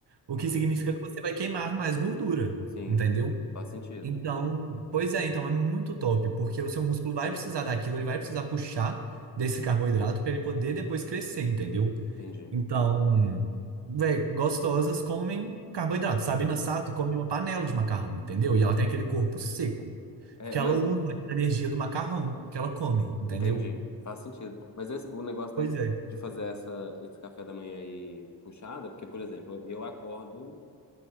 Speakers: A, on the right (about 60°); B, on the left (about 35°).
A: o
B: Hum,
A: que significa que você vai queimar mais gordura,
B: sim,
A: entendeu?
B: faz sentido.
A: Então, pois é, então é muito top, porque o seu músculo vai precisar daquilo, ele vai precisar puxar desse carboidrato para ele poder depois crescer, entendeu?
B: Entendi.
A: Então, véi, gostosas comem carboidrato. Sabina Sato come uma panela de macarrão, entendeu? E ela tem aquele corpo seco,
B: É,
A: porque
B: é, mas...
A: ela usa aquela energia do macarrão que ela come, entendeu?
B: Entendi. Faz sentido. Mas esse- o negócio
A: Pois
B: de,
A: é,
B: de fazer essa, esse café da manhã aí puxada, porque, por exemplo, eu acordo...